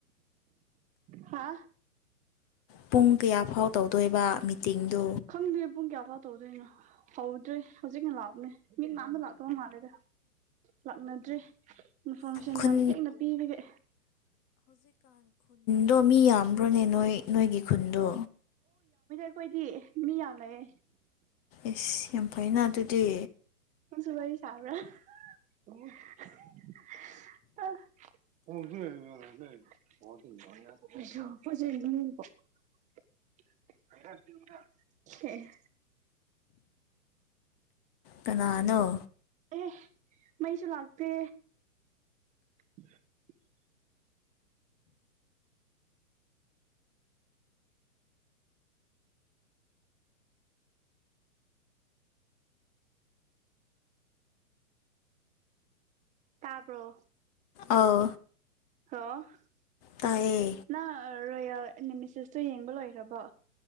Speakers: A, on the right; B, on the left.
A: ꯍꯥ
B: ꯄꯨꯡ ꯀꯌꯥꯐꯥꯎ ꯇꯧꯗꯣꯏꯕ ꯃꯤꯇꯤꯡꯗꯨ
A: ꯈꯪꯗꯦ ꯄꯨꯡ ꯀꯌꯥꯐꯥꯎ ꯇꯧꯗꯣꯏꯅꯣ ꯍꯧꯗ꯭ꯔꯤ ꯍꯧꯖꯤꯛꯅ ꯂꯥꯛꯑꯕꯅꯦ ꯃꯤ ꯀꯅꯥꯝꯗ ꯂꯥꯛꯇꯕ ꯃꯥꯜꯂꯦꯗ ꯂꯥꯛꯅꯗ꯭ꯔꯤ ꯏꯟꯐꯣꯔꯃꯦꯁꯟ
B: ꯈꯨꯟ
A: ꯌꯥꯝ ꯊꯦꯡꯅ ꯄꯤꯕꯒꯤ
B: <unintelligible> ꯕ꯭ꯔꯣꯅꯦ ꯅꯣꯏ ꯅꯣꯏꯒꯤ ꯈꯨꯟꯗꯣ
A: ꯈꯣꯏꯗꯤ ꯃꯤ ꯌꯥꯝ ꯂꯩꯑꯦ
B: ꯏꯁ ꯌꯥꯝ ꯐꯩꯅ ꯑꯗꯨꯗꯤ
A: ꯁꯨ ꯋꯥꯔꯤ ꯁꯥꯕ꯭ꯔꯥ <unintelligible>
B: ꯀꯅꯥꯅꯣ
A: ꯑꯦ ꯃꯩꯁꯨ ꯂꯥꯛꯇꯦ <unintelligible> ꯇꯥꯕ꯭ꯔꯣ
B: ꯑꯧ
A: <unintelligible>
B: ꯇꯥꯏꯌꯦ
A: ꯅ ꯔꯣꯌꯥꯜ ꯑꯦꯅꯦꯃꯤꯁꯤꯁꯇꯣ ꯌꯦꯡꯕ ꯂꯣꯏꯈ꯭ꯔꯕꯣ